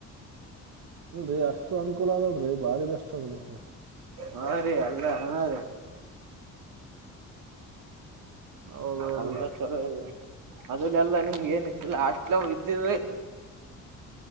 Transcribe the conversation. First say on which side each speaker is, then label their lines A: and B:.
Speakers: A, on the right; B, on the right.
A: ಇಲ್ರಿ ಅಷ್ಟು ಅನುಕೂಲ ಅದ ಅಲ್ರಿ ಬಾರಿ ಬೆಸ್ಟ್ ಅದ ಬಿಡ್ರಿ
B: ಹಾ ರೀ ಅಲ್ಲ ಹಾ ರ <inaudible>
A: ಹೌದೌದ್ರೀ
B: ಅಲ್ಲ ಚಲೋ ಇದೆ ಅದ ಎಲ್ಲ ನಿಮ್ಗೆ ಏನ ಇಲ್ಲ ಹಾಸ್ಟೆಲ್ ಅವು ಇದ್ದಿವೆ